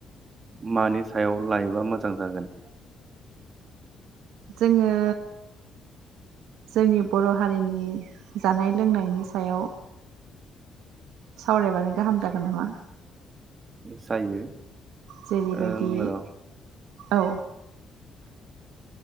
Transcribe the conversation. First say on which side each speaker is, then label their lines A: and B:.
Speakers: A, on the right; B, on the right.
A: मानि सायाव लायोबा मोजां जागोन।
B: जोंङो जोंनि बर हारिनि जानाय लोंनायनि सायाव। सावरायबानो गाहाम जागोन नामा।
A: जायो।
B: जेरैबायदि
A: ओं र'
B: औ।